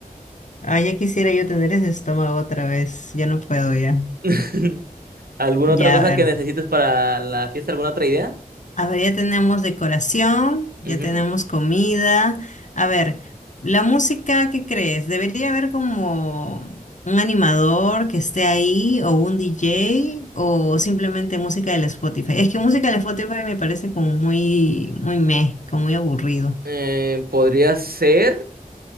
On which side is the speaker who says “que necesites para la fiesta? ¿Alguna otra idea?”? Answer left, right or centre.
Right